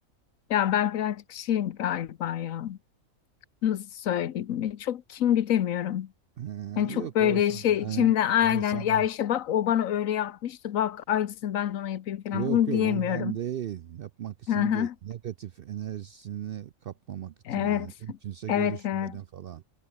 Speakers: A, on the left; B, on the right.
A: Ya ben birazcık şeyim galiba ya. Nasıl söyleyeyim? E, Çok kin güdemiyorum.
B: Ee,
A: Yani çok
B: yok
A: böyle
B: olsun
A: şey
B: yani
A: içimde aynen
B: yani sana
A: ya işte bak o bana öyle yapmıştı. Bak aynısını ben de ona yapayım falan.
B: yok
A: Bunu
B: yok
A: diyemiyorum.
B: ondan değil yapmak için
A: Hı
B: değil
A: hı.
B: negatif enerjisini kapmamak için
A: Evet.
B: yani mümkünse
A: Evet
B: görüşmeyelim
A: evet.
B: falan